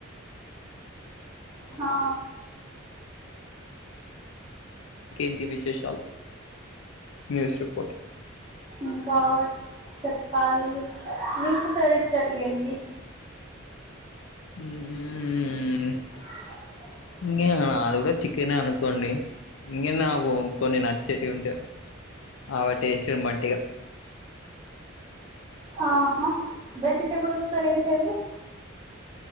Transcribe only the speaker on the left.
ఇంకేంటి విశేషాలు న్యూస్ రిపోర్ట్
ఉహు ఊ హు
ఇంకే నాది కూడా చికెనే అనుకోండి ఇంకేంది అమే కు కొన్ని నచ్చేటివి ఉంటే ఆమె టేస్ట్ బట్టి ఇగ